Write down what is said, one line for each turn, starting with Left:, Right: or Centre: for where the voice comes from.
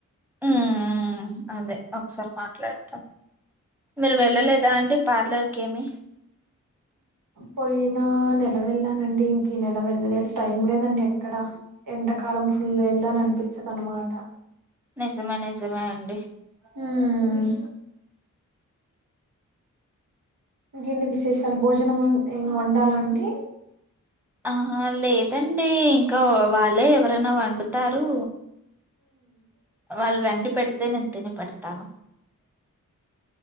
Centre: ఉమ్ అదే ఒకసారి మాట్లాడతాం మీరు వెళ్ళలేదా అండి పార్లర్కి ఏమి
Right: పోయినా నేల వెళ్ళానండి ఇంక ఈ నెల వెళ్ళలేదు టైం లేదండి ఎక్కడ ఎండాకాలం ఫుల్ వెళ్ళాల అనిపించదు అన్నమాట
Centre: నిజమే నిజమే అండి
Right: హమ్ ఇంకేంది విశేషాలు భోజనం ఏమైన వండాల అండి
Centre: ఆ హా లేదండి ఇంకా వాళ్ళే ఎవరైనా వండుతారు వాళ్ళు వండి పెడితే నేను తిని పెడతాను